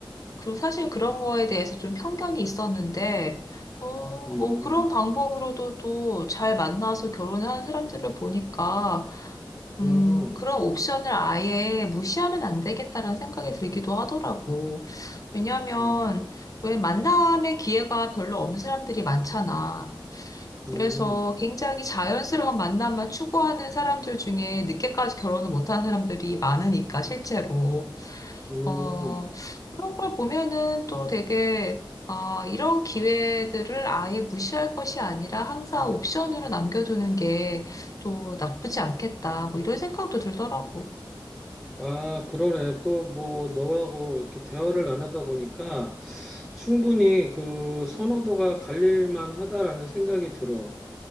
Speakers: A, on the left; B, in the centre.
A: 그 사실 그런 거에 대해서 좀 편견이 있었는데, 어,
B: 음,
A: 뭐 그런 방법으로도 또 잘 만나서 결혼을 한 사람들을 보니까, 음,
B: 음,
A: 그런 옵션을 아예 무시하면 안 되겠다라는 생각이 들기도 하더라고. 왜냐하면
B: 음,
A: 왜 만남의 기회가 별로 없는 사람들이 많잖아.
B: 음,
A: 그래서 굉장히 자연스러운 만남만 추구하는 사람들 중에 늦게까지 결혼을 못한 사람들이 많으니까, 실제로.
B: 음.
A: 어, 그런 걸 보면은 또 되게, 아, 이런 기회들을 아예 무시할 것이 아니라 항상 옵션으로 남겨두는 게 또 나쁘지 않겠다. 뭐 이런 생각도 들더라고.
B: 아, 그러네. 또 뭐 너하고 이렇게 대화를 나누다 보니까 충분히 그 선호도가 갈릴 만하다라는 생각이 들어.